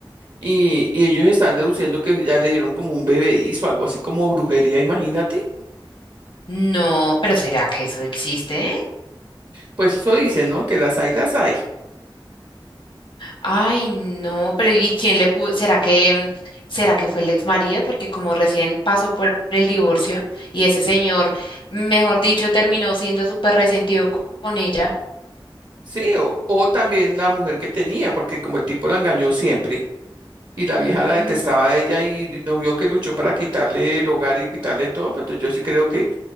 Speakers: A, on the right; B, on the left.
A: y, y ellos están deduciendo que ya le dieron como un bebedizo, algo así como brujería, imagínate.
B: No, pero ¿será que eso existe?
A: Pues eso dicen, ¿no? Que las hay, las hay.
B: Ay, no, pero ¿y quién le pudo? ¿Será que mm, será que fue el ex marido? Porque como recién pasó por el divorcio y ese señor, mejor dicho, terminó siendo súper resentido co- con ella.
A: Sí, o, o también la mujer que tenía, porque como el tipo la engañó siempre. y la
B: Ujú.
A: vieja la detestaba a ella y no vio que luchó para quitarle el hogar y quitarle todo, pero entonces yo sí creo que,